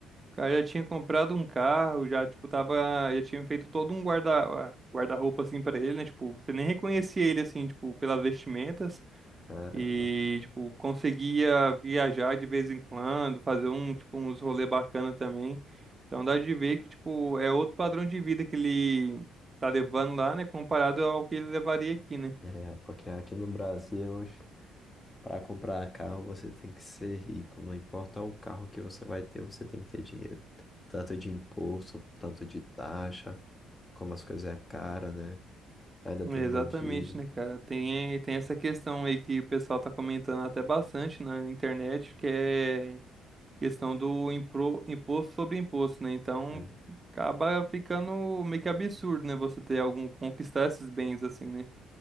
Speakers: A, on the right; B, on the left.
A: Cara, eu já tinha comprado um carro, já, tipo, tava. Já tinha feito todo um guarda, guarda-roupa, assim, pra ele, né? Tipo, você nem reconhecia ele, assim, tipo, pelas vestimentas.
B: Caramba.
A: E, tipo, conseguia viajar de vez em quando, fazer um, tipo, uns rolê bacana também. Então dá de ver que, tipo, é outro padrão de vida que ele tá levando lá, né? Comparado ao que ele levaria aqui, né?
B: É, porque aqui no Brasil, hoje, para comprar carro, você tem que ser rico. Não importa o carro que você vai ter, você tem que ter dinheiro. Tanto de imposto, tanto de taxa, como as coisas é cara, né? Ainda
A: Exatamente,
B: tem bandido.
A: né, cara? Tem, tem essa questão aí que o pessoal tá comentando até bastante na internet, que é questão do impro- imposto sobre imposto, né? Então
B: É.
A: acaba ficando meio que absurdo, né? Você ter algum conquistar esses bens assim, né?